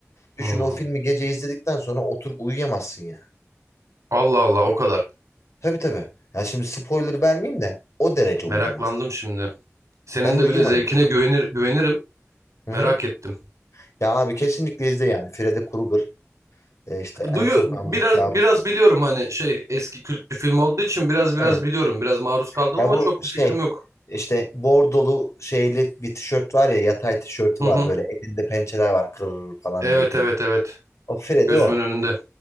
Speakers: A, on the left; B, on the right.
A: Düşün
B: Hmm.
A: o filmi gece izledikten sonra oturup uyuyamazsın ya.
B: Allah Allah o kadar.
A: Tabii tabii. Ya şimdi spoiler vermeyeyim de o derece uyuyamazsın.
B: Meraklandım şimdi. Senin
A: Ben uyuyamadım.
B: de bir de zevkine güvenir güvenirim.
A: Hı
B: Merak
A: hı.
B: ettim.
A: Ya abi kesinlikle izle yani. Freddy Krueger, e, işte En
B: Duyu
A: Sokağındaki
B: biraz
A: Kabus.
B: biraz biliyorum hani şey eski kült bir film olduğu için biraz biraz
A: Evet.
B: biliyorum. Biraz maruz kaldım
A: Ya
B: ama
A: bu
B: çok
A: şey
B: bir fikrim yok.
A: işte bordolu şeyli bir tişört var ya yatay tişörtü
B: Hı
A: var
B: hı.
A: böyle elinde pençeler var kır falan
B: Evet
A: diye geliyor.
B: evet evet.
A: O Freddy
B: Gözümün
A: o.
B: önünde.